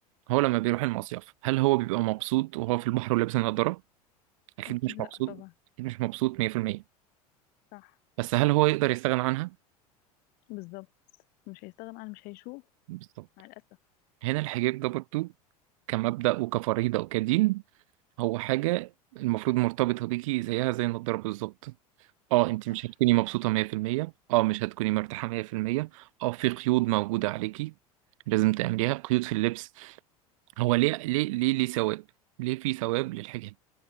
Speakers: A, on the right; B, on the left.
A: هو لما بيروح المصيف هل هو بيبقى مبسوط وهو في البحر ولابس النظارة اكيد
B: أكيد
A: مش
B: لأ
A: مبسوط
B: طبعا
A: اكيد مش مبسوط 100%
B: صح
A: بس هل هو يقدر يستغنى عنها
B: بالظبط مش هيستغنى عن مش هيشوف
A: بالظبط
B: مع الأسف
A: هنا الحجاب ده برضه كمبدأ وكفريضة وكدين هو حاجة المفروض مرتبطة بيكي زيها زي النضارة بالظبط اه انت مش
B: صح
A: هتكوني مبسوطة 100% اه مش هتكوني مرتاحة 100% اه في قيود موجودة عليكي لازم تعمليها قيود في اللبس هو ليه ليه ليه ليه ثواب ليه في ثواب للحجاب